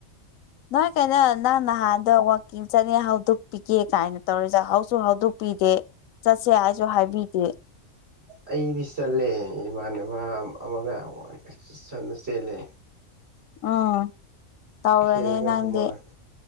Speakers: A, on the left; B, on the right.
A: ꯅꯣꯏ ꯀꯩꯅꯣ ꯅꯪ ꯅꯍꯥꯟꯗ ꯋꯥꯋꯥꯛꯀꯤꯡ ꯆꯠꯅꯤꯡ ꯍꯧꯗꯣꯛꯄꯤꯒꯦ ꯀꯥꯏꯅ ꯇꯧꯔꯤꯁ ꯍꯧꯁꯨ ꯍꯧꯗꯣꯛ ꯄꯗꯦ ꯆꯠꯁꯦ ꯍꯥꯏꯁꯨ ꯍꯥꯏꯕꯤꯗꯦ
B: ꯑꯩꯗꯤ ꯆꯠꯂꯦ ꯏꯃꯥꯟꯅꯕ ꯑꯃꯒ ꯁꯗ ꯆꯦꯜꯂꯦ
A: ꯎꯝ ꯇꯧꯔꯅꯤ
B: ꯆꯦꯜꯂꯒ
A: ꯅꯪꯗꯤ
B: ꯍꯨꯃꯥꯡ